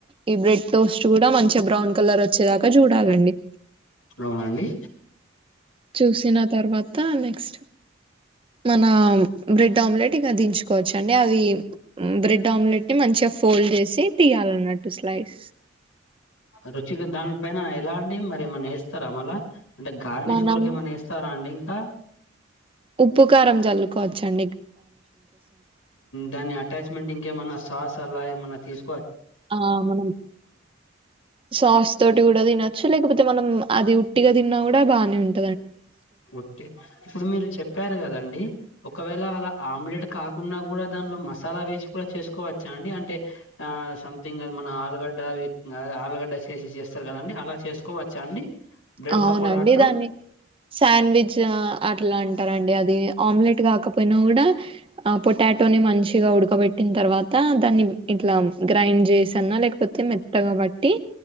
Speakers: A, on the right (about 25°); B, on the left (about 80°).
A: ఈ బ్రెడ్ టోస్ట్ కూడా మంచి బ్రౌ కలర్ వచ్చేదాకా చూడాలండి
B: అవునండి
A: చూసిన తర్వాత నెక్స్ట్ మన బ్రెడ్ ఆమ్లెట్ ఇక దించుకోవచ్చండి అది బ్రెడ్ ఆమ్లెట్ ని మంచిగా ఫోల్డ్ చేసి తీయాలానటు స్లైస్
B: రుచికి దాని పైన ఎలా అంటిడి మరి ఏమన్నా వేస్తారా మలా అంటే గార్నిష్
A: మనం
B: కొరకు ఏమన్నా ఇస్తాండికా ఆ
A: ఉప్పు కారం జల్లుకోవచ్చండి
B: దాని అటాచ్మెంట్ ఇంకేమ సాస్ అలా ఏమ తీసు
A: ఆ మనం సాస్ తోటి కూడా తిన లేకపోతే మనం అది ఉట్టిగా తిన్నా కూడా బానే ఉంటుంది
B: ట్టే ఇప్పుడు మీరు చెప్పారు కదండి ఒకవేళ అలా ఆమ్లెట్ కాకుండా కూడా దానిలో మసాలా వేసి కూడా చేసుకోవచ్చా అండి అంటే ఆ సంథింగ్ అది మన ఆలుగడ్డ ఆలుగడ్డ చేసి చేస్తారు కదండి అలా చేసుకోవచ్చా అండి బ్రెడ్
A: అవునండి
B: పకోడా అంటారు
A: దాన్ని శాండ్విచ్ అట్లా అంటారుండి అది ఆమ్లెట్ కాకపోయినా కూడా పొటాటో మంచిగా ఉడకబెట్టి తర్వాత దాన్ని ఇట్లా గ్రైండ్ చేశాన్న లేకపోతే మెత్తగా బట్టి